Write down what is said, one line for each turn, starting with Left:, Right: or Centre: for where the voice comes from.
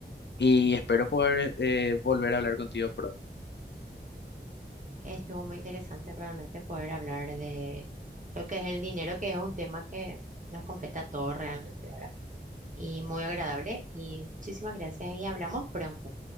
Left: y espero poder eh, volver a hablar contigo pronto.
Right: Estuvo muy interesante realmente poder hablar de lo que es el dinero, que es un tema que nos compete a todos realmente ahora. Y muy agradable y muchísimas gracias y hablamos pronto.